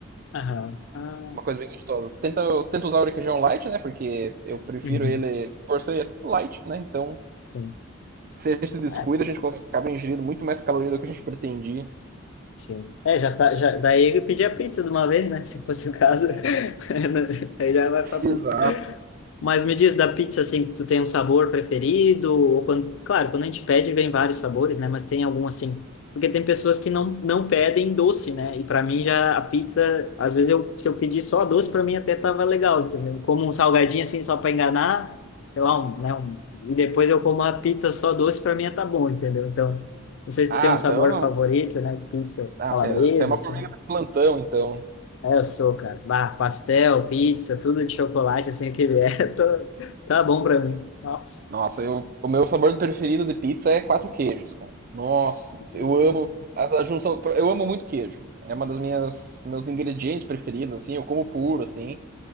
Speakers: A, on the left; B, on the right.
A: Aham. Ah,
B: Uma coisa bem gostosa. Tenta, eu tento usar o requeijão light, né? Porque eu prefiro
A: uhum.
B: ele por ser light, né? Então,
A: Sim.
B: a gente se descuida,
A: É,
B: a gente acaba ingerindo muito mais caloria do que a gente pretendia.
A: Sim. É, já tá, já, daí ele pedia pizza de uma vez, né? <laughs> Se fosse o caso, <laughs> aí já vai pra pizza.
B: Exato.
A: Mas me diz, da pizza, assim, tu tem um sabor preferido? Ou quando, claro, quando a gente pede, vem vários sabores, né? Mas tem algum, assim... Porque tem pessoas que não, não pedem doce, né? E para mim, já a pizza... Às vezes, eu, se eu pedir só doce, para mim até tava legal, entendeu? Como um salgadinho, assim, só para enganar, sei lá, um, né? Um, e depois eu como a pizza só doce, para mim tá bom, entendeu? Então... Não sei se
B: Ah,
A: tu tem um sabor
B: então.
A: favorito, né? Pizza
B: Ah,
A: calabresa,
B: você é uma
A: assim.
B: formiga de plantão, então.
A: É, eu sou, cara. Bah, pastel, pizza, tudo de chocolate, assim, que vier, <laughs> tô- tá bom pra mim. Nossa.
B: Nossa, eu, o meu sabor preferido de pizza é quatro queijos, cara. Nossa,
A: Hum,
B: eu amo as- a junção, eu amo muito queijo. É uma das minhas meus ingredientes preferidos, assim, eu como puro, assim.